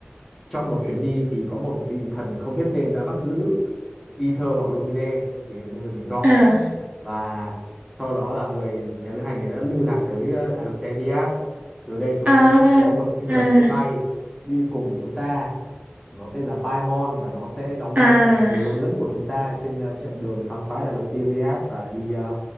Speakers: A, in the centre; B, on the right (about 40°).
A: trong một chuyến đi thì có một vị thần không biết tên đã bắt giữ Ether hoặc Lumine tùy vào nhân vật mình chọn
B: à
A: và sau đó là người nhà lữ hành này đã lưu lạc tới ờ, đại lục Teviat từ đây chúng
B: à
A: ta sẽ có một sinh
B: à
A: vật biết bay đi cùng chúng ta nó tên là Paimon và nó sẽ đóng
B: à
A: vai trò là người hướng dẫn của chúng ta trên ờ, chặng đường khám phá đại lục Teviat và đi ờ,